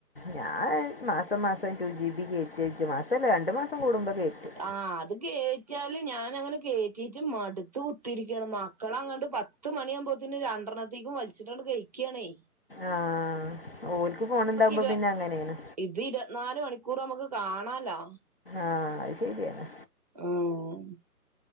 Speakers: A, on the left; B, on the right.
A: ഞാഹ് മാസം മാസം ടു ജി ബി കയറ്റിച് മാസം അല്ല രണ്ട് മാസം കൂടുമ്പ കയ്റ്റും
B: ആഹ അത് കേറ്റിയാലും ഞാനങ്ങനെ കേറ്റീട്ട് മടുത്ത് കു കുത്തിരിക്കാണ് മക്കളങ്ങട്ട് പത്ത് മണിയാമ്പോത്തിന് രണ്ടെണ്ണത്തീക്കും വലിച്ചിട്ടാണ്ട് കയ്കേണേ
A: ആഹ് ഓല്ക്ക് ഫോണ്ണ്ണ്ടവുമ്പോ
B: ഇരു
A: പിന്നെ അങ്ങനെണ്
B: ഇത് ഇരുവത് നാല് മണിക്കൂറും നമ്ക്ക് കാണാലോ
A: ആഹ് അഹ് ശരിയന്നെ
B: ഉം